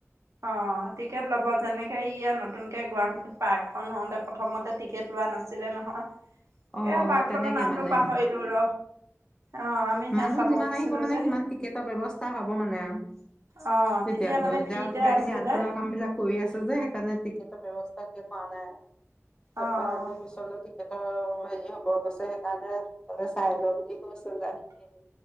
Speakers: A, on the right; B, on the left.
A: অ টিকেট লব যেনেকে ই নতুন। গুৱাহাটীত পাৰ্কখন হওঁতে প্ৰথমতে টিকেট লোৱা নাছিলে নহয়।
B: অ',
A: এ
B: অ',
A: পাৰ্ক
B: তেনেকে
A: খনৰ নামটো
B: মানে
A: পাহৰিলো ৰ অ ' আমি। সেয়া
B: মানুহ
A: চাব
B: যিমান
A: গৈছিলো
B: আহিব মানে
A: যে
B: সিমান টিকেটৰ ব্যয়ৱস্থা হয়। মানে আৰু
A: অ',
B: তেতিয়াালৈ
A: তেতিয়া মানে ফ্ৰীতে
B: দে কিবা
A: আছিলে
B: খিনি আধৰুৱা কাম বিলাক কৰি আছে যে সেইকাৰণে। টিকটৰ ব্যৱস্থা কৰা নাই আৰু। তেপা
A: অ',
B: পিছনো টিকেটৰ। হেৰি হব গৈছে সেইকাৰণে সোনকালে চাই ল বুলি কৈছে যে। সেইটো।